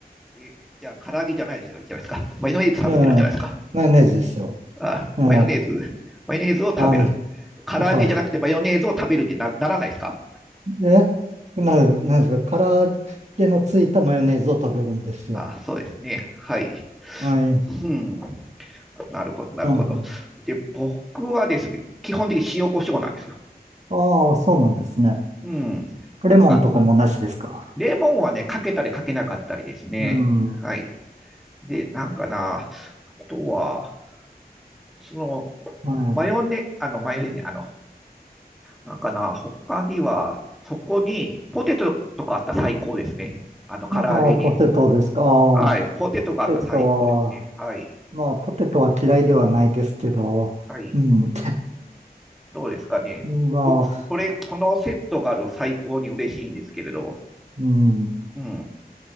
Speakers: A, in the centre; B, on the right.
A: え、じゃあ、唐揚げじゃないじゃないですか。マヨネーズ食べてるじゃないですか。
B: ええ、マヨネーズですよ。
A: あ、
B: ええ、
A: マヨネーズ、マヨネーズを食べる。
B: はい、
A: 唐揚げじゃなくてマヨネーズを食べるってなならないですか
B: はい。で、な、なんですか、か揚げのついたマヨネーズを食べるんですよ。
A: あ、そうですね。はい。
B: はい。
A: うん。なるほど、なるほど。
B: なんか、
A: で、僕はですね、基本的に塩コショウなんですよ。
B: ああ、そうなんですね。
A: うん。
B: レモンとかもなしですか。
A: なんか、レモンはね、かけたりかけなかったりですね。
B: うん。は
A: はい。で、なんかな、あとは、その、
B: い。
A: マヨネ、あの、マヨネ、あの、なんかな、他には、そこに、ポテトとかあったら最高ですね。あの、唐揚げに。
B: ああ、ポテトですか。ああ、
A: はい。
B: ポ
A: ポテトがあったら最高ですね。
B: テトは、
A: はい。
B: まあ、ポテトは嫌いではないですけど、
A: はい。
B: うん。
A: どうですかね。
B: まあ、
A: 僕、それ、そのセットがあると最高に嬉しいんですけれど。
B: うん。
A: うん。